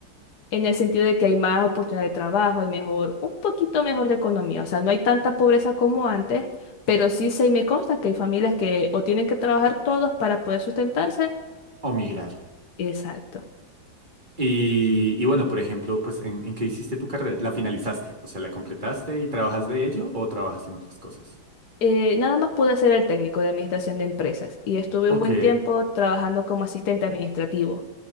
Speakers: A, on the left (about 60°); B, on the right (about 25°).
A: en el sentido de que hay más oportunidad de trabajo, hay mejor, un poquito mejor de economía. O sea, no hay tanta pobreza como antes, pero sí se me consta que hay familias que o tienen que trabajar todos para poder sustentarse.
B: O migrar.
A: Exacto.
B: Y, y bueno, por ejemplo, pues, ¿en, en qué hiciste tu carrera? ¿La finalizaste? O sea, ¿la completaste y trabajas de ello o trabajas en otras cosas?
A: Eh, nada más pude ser el técnico de administración de empresas y estuve
B: Ok.
A: un buen tiempo trabajando como asistente administrativo.